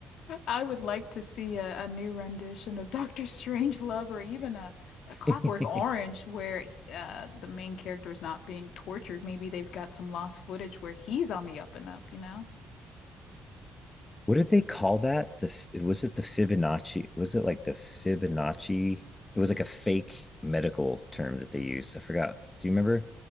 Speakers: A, on the left; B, on the left.
A: I would like to see a, a new rendition of <laughs> Doctor Strangelove or even a, a Clockwork
B: <laughs>
A: Orange where uh, the main character is not being tortured. Maybe they've got some lost footage where he's on the up and up, you know?
B: What did they call that? The was it the Fibonacci? Was it like the Fibonacci? It was like a fake medical term that they used. I forgot. Do you remember